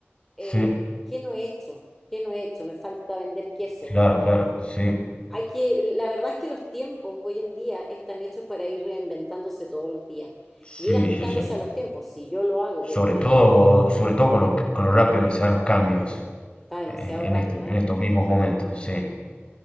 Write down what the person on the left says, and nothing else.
sí,
claro, claro, sí,
sí,
sí, sí.
Sobre
todo, sobre todo con lo, con lo rápido que se dan los cambios.
eh, en
estos en
estos mismos momentos, sí,